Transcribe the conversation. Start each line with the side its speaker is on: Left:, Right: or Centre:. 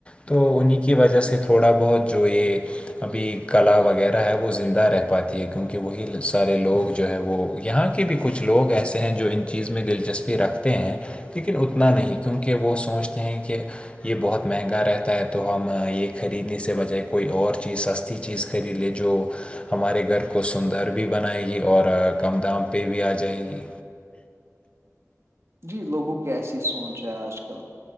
Left: تو انہیں کی وجہ سے تھوڑا بہت جو یہ ابھی کلا وغیرہ ہے وہ زندہ رہ پاتی ہے کیونکہ وہی سارے لوگ جو ہے وہ یہاں کے بھی کچھ لوگ ایسے ہیں جو ان چیز میں دلچسپی رکھتے ہیں لیکن اتنا نہیں کیونکہ وہ سوچتے ہیں کہ یہ بہت مہنگا رہتا ہے تو ہم یہ خریدنے سے بجائے کوئی اور چیز سستا اھی چیز خرید لے جو ہمارے گھر کو سندر بھی بنائے گی اور کم دام پہ بھی آ جائے گی
Right: جی لوگوں کی ایسی سوچ ہے آج کل